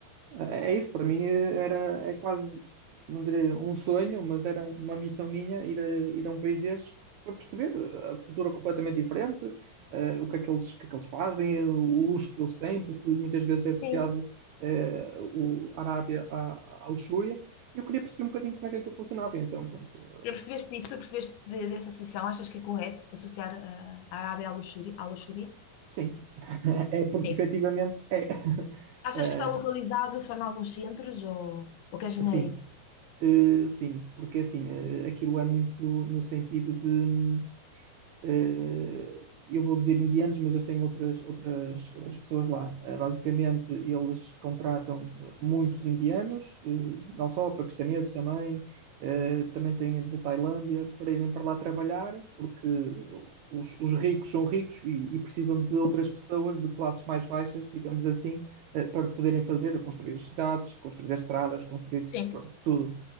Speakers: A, on the right (about 70°); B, on the left (about 80°).
A: É isso, para mim eh, era, é quase, não diria um sonho, mas era uma missão minha ir a, ir a um país destes para perceber a cultura completamente diferente, eh, o que é que eles, o que é que eles fazem, eh, o luxo que eles têm, porque muitas vezes é associado
B: sim.
A: eh, o, a Arábia à, à luxúria, e eu queria perceber um bocadinho como é que aquilo funcionava. Então, pronto,
B: Já percebeste
A: eh,
B: disso? Percebeste de- dessa associação? Achas que é correto associar ah, a Arábia à luxúria, à luxúria?
A: sim, <laughs> é porque
B: Sim.
A: efetivamente é. <laughs>
B: Achas
A: Eh,
B: que está localizado só em alguns centros ou, ou que é
A: assim,
B: genérico?
A: eh, sim, porque assim, eh, aquilo é muito no sentido de. hum, Uh, eu vou dizer indianos, mas eles têm outras, outras, outras pessoas lá. Uh, basicamente, eles contratam uh, muitos indianos, uh, não só paquistaneses também, uh, também têm da Tailândia, para irem para lá trabalhar, porque os, os ricos são ricos e, e, precisam de outras pessoas de classes mais baixas, digamos assim, uh, para poderem fazer, construir as cidades, construir as estradas, construir
B: Sim.
A: pronto, tudo.